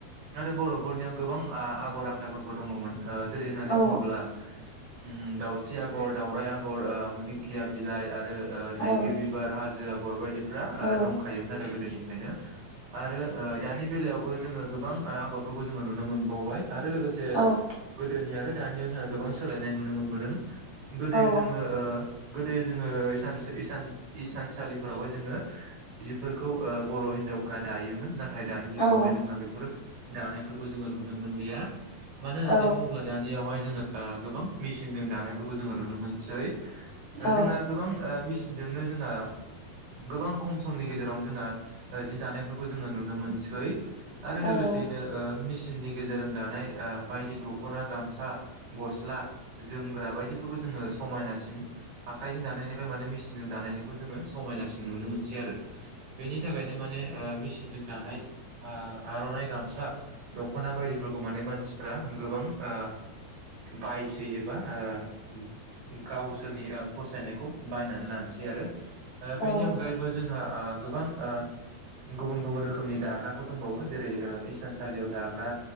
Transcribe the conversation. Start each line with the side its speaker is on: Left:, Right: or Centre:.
Right: आरो बर'फोरनियाव गोबां आ-आगर आखाइफोरबो दङमोन। आ जेरै होननानै
Left: औ
Right: बुङोब्ला उम दाउस्रि आगर, दाावराइ आगर ओ दिंखिया बिलाइ आरो ओ थाइगिर
Left: औ
Right: बिबार हाजो आ- गर बायदि फोरा
Left: औ
Right: दंखायोमोन आरो गोदोनि फ्रायनो आरो ओ दानि बेलायावबो जोङो गोबां आगरफोरखौ जोङो नुनो मोनबावबाय। आरो लोगोसे
Left: औ
Right: गोदोनि आरो दानियाव जोंहा गोबां सोलायनाय नुनो मोनबोदों गोदो
Left: औ
Right: जोङो ओ गोदोयो जोङो इसानसो-इसान-इसानसालिफोरावहाय जोङो जिफोरखौ ओ बर' हिन्जावफ्रा दायोमोन ना- थाय दानि जुगावहाय
Left: औ
Right: जोङो बेफोरो दानायफोरखौ जोङो नुनो मोनलिया। मानो होननानै
Left: औ
Right: बुङोब्ला दानियावहाय जोङो‌ आ गोबां मेसिनजों दानायफोरखौ जोङो नुनो मोनसै ओ
Left: औ
Right: जोंना गोबां ओ मिस- सिनजोंनो जोंहा गोबां खम समनि गेजेरावनो जोंहा जि दानायफोरखौ जोङो नुनो मोनसै। आरो लोगोसेैनो
Left: औ
Right: ओ मिस सिननि गेजेरजों दानाय ओ बायदि दख'ना गामसा गस्ला- जोमग्रा बायदिफोरखौ जोङो समायनासिन आखाइजों दानायनिफ्राय माने मेसिनजों दानायनिखौ जोङो समायनासिन नुनो मोनसै आरो। बेनि थाखायनो माने ओ मेसिनजों दानाय आ आर'नाइ गामसा दख'ना बायदिफोरखौ माने मानसिफ्रा गोबां ओ बायसोयो। बा ओ गावसोरनि पसायनायखौ बायना- लानसै आरो ओ
Left: औ
Right: बेनि अनगायैबो जोंहा आ आ गुबुन गुबुन रोखोमनि दाग्राफोर दंबावो जेरै ओ इसानसालियाव दाग्रा